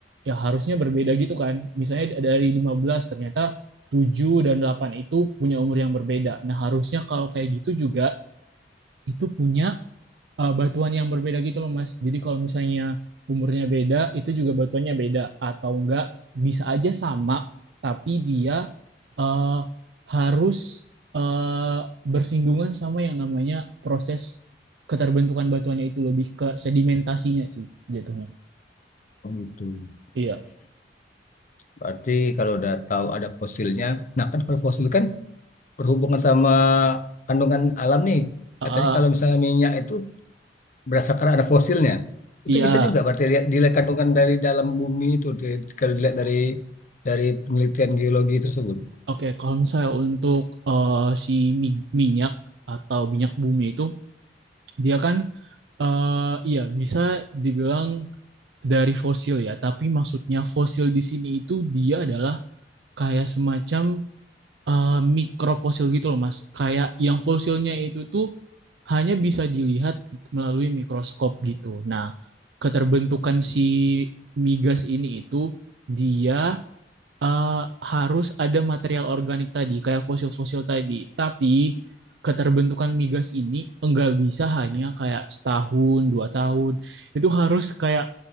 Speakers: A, on the right (about 70°); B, on the left (about 50°).
A: ya harusnya berbeda gitu kan. Misalnya dari 15 ternyata 7 dan 8 itu punya umur yang berbeda. Nah, harusnya kalau kayak gitu juga itu punya eh, batuan yang berbeda gitu loh, Mas. Jadi kalau misalnya umurnya beda, itu juga batuannya beda atau enggak bisa aja sama tapi dia eh, harus eh, bersinggungan sama yang namanya proses keterbentukan batuannya itu lebih ke sedimentasinya sih jatuhnya.
B: Oh, gitu.
A: Iya.
B: Berarti kalau udah tahu ada fosilnya, nah kan kalau fosil kan berhubungan sama kandungan alam nih.
A: Ah,
B: Katanya kalau
A: ah,
B: misalnya minyak itu berdasarkan ada fosilnya. Itu
A: iya,
B: bisa juga berarti lihat dilihat kandungan dari dalam bumi itu di- kalau dilihat dari dari penelitian geologi tersebut.
A: Oke, kalau misalnya untuk eh, si mi- minyak atau minyak bumi itu, dia kan eh iya bisa dibilang dari fosil ya, tapi maksudnya fosil di sini itu dia adalah kayak semacam eh, mikrofosil gitu loh, Mas. Kayak yang fosilnya itu tuh hanya bisa dilihat melalui mikroskop gitu. Nah, keterbentukan si migas ini itu dia eh, harus ada material organik tadi, kayak fosil-fosil tadi. Tapi keterbentukan migas ini enggak bisa hanya kayak setahun, dua tahun. Itu harus kayak